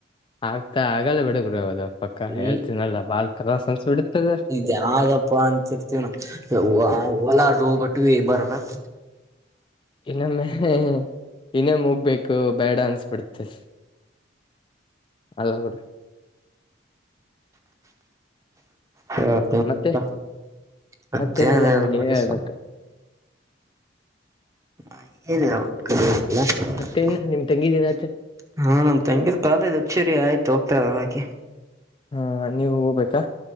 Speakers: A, on the left (about 25°); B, on the right (about 15°).
A: ಆಗ್ತಾ ಆಗಲ್ಲೇ ಬಿಡಗುರು ಅದು ಪಕ್ಕಾ
B: ಹ್ಮ್
A: ಹೇಳ್ತನಲ್ಲ ಬಾಳ್ ತ್ರಾಸ ಅನಿಸ್ಬಿಡುತ್ತದ.
B: ಜಾಗಪ್ಪ ಅಂತಿರ್ತವಿ ನಾವ್ ಯವ್ವಾ ಹೋಲಾರ್ದ ಹೋಬಿಟ್ವಿ ಬರ್ಬೇಕ
A: ಇನ್ನೊಮ್ಮೆ ಹೆ ಹೆ ಇನ್ನೇಮೊಗ್ಬೇಕು ಬೇಡ ಅನ್ಸ್ಬಿಡುತ್ತೆ. ಅಲ್ಲ ಗುರು.
B: ಹೇಳಪ
A: ಹ ಮತ್ತೆ
B: ಮತ್ತ. ಮತ್ತೇನ್ಹೇಳ್ಬೇಕ
A: ಮತ್ತೇನಿಲ್ಲ ನೋಡಿ ನೀವೇ ಹೇಳ್ಬೇಕು
B: ಅಷ್ಟ. <unintelligible>
A: ಮತ್ತೇನ್ ನಿಮ್ ತಂಗಿದಿನ ಆಚರಣೆ
B: ಹಾ ನಮ್ ತಂಗಿದ ಕಾಲೇಜ್ ಹಚ್ಚೀರಿ ಆಯ್ತು ಹೋಗ್ತಾಯಿದಳ ಆಕಿ.
A: ಹಾ ನೀವು ಹೋಗ್ಬೇಕಾ.